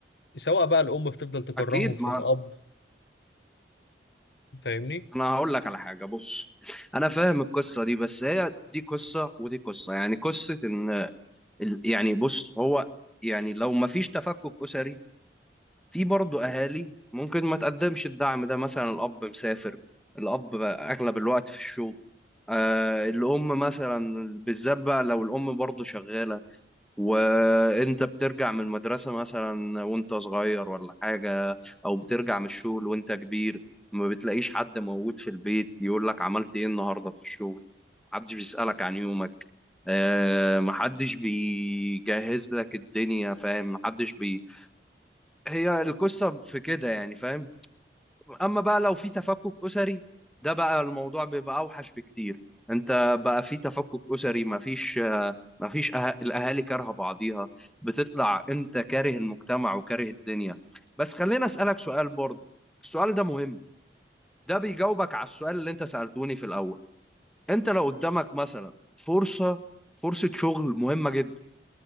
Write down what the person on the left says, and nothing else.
سواء بقى الام بتفضل تكرههم
في
الاب فاهمني